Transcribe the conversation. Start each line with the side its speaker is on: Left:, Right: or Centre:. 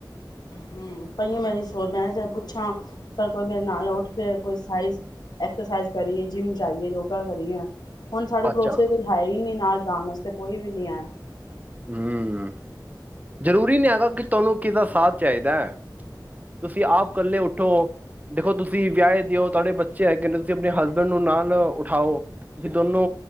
Left: ਹੂੰ ਪਈਆਂ ਮੈਂ ਸੋਚ ਮੈਂ ਕਿਹਾ ਮੈਂ ਪੁੱਛਾਂ ਚੱਲ ਕੋਈ ਮੇਰੇ ਨਾਲ ਉੱਠ ਕੇ ਕੋਈ ਸਾਈਜ਼ ਐਕਸਰਸਾਈਜ਼ ਕਰੀਏ ਜਿੰਮ ਜਾਈਏ ਯੋਗਾ ਕਰੀਏ ਹੁਣ ਸਾਡੇ ਪੜੋਸੀਆ
Right: ਅੱਛਾ
Left: ਚ ਕੋਈ ਹੈ ਹੀ ਨੀ ਨਾਲ ਜਾਣ ਵਸਤੇ ਕੋਈ ਵੀ ਨਹੀਂ ਐ।
Right: ਹਮ ਜ਼ਰੂਰੀ ਨੀ ਹੈਗਾ ਕਿ ਤੁਹਾਨੂੰ ਕਿਸ ਦਾ ਸਾਥ ਚਾਹੀਦਾ ਤੁਸੀਂ ਆਪ ਇਕੱਲੇ ਉੱਠੋ ਦੇਖੋ ਤੁਸੀਂ ਵਿਆਹੇ ਦਿਓ ਤੁਹਾਡੇ ਬੱਚੇ ਹੈ ਕਹਿੰਦੇ ਤੁਸੀਂ ਆਪਣੇ ਹਸਬੈਂਡ ਨੂੰ ਨਾਲ ਉਠਾਓ ਵੀ ਦੋਨੋ